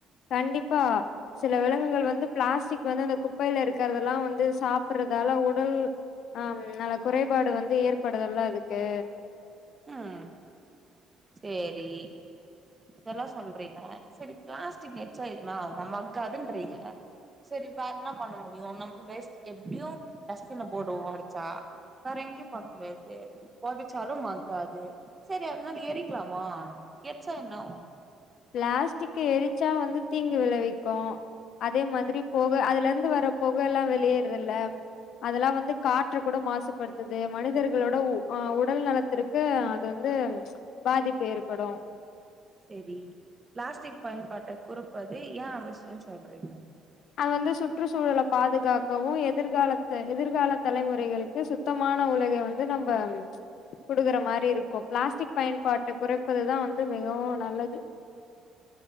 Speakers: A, on the left (about 65°); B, on the right (about 20°).
A: கண்டிப்பா. சில விலங்குகள் வந்து பிளாஸ்டிக் வந்து அந்த குப்பைல இருக்குறதல்லாம் வந்து சாப்பறதால உடல் அ அனால குறைபாடு வந்து ஏற்படுதுல அதுக்கு
B: ம் சேரி இதெல்லாம் சொல்றீங்க சரி பிளாஸ்டிக் எரிச்சா எதுனா ஆகுமா மக்காதுன்றீங்க சரி வேர் என்ன பண்ண முடியு நம்ம வேஸ்ட்க்கு எப்டியும் டஸ்ட்பின்ல போடுவோ அடச்சா வேற எங்கயும் போட முடியாது பொதச்சாலும் மக்காது செரி அதனால எரிக்குலாமா எர்ச்சா என்னாவோ
A: பிளாஸ்டிக்க எரிச்சா வந்து தீங்கு விளைவிக்கும் அதே மாதிரி புக அதுல இருந்து வர புகல்லாம் வெளியேறுதுல்ல அதெல்லா வந்து காற்று கூட மாசுபடுத்துது மனிதர்களோட உடல் நலத்திற்கு அது வந்து பாதிப்பு ஏற்படும்
B: செரி பிளாஸ்டிக் பயன்பாட்ட குறப்பது ஏ அவசியோ சொல்றீங்க
A: அது வந்து சுற்றுச்சூழல பாதுகாக்கவு எதிர்காலத்த எதிர்கால தலைமுறைகளுக்கு சு சுத்தமான உலக வந்து நம்ம குடுக்கற மாரி இருக்கும் பிளாஸ்டிக் பயன்பாட்ட குறைப்பதுதா வந்து மிகவும் நல்லது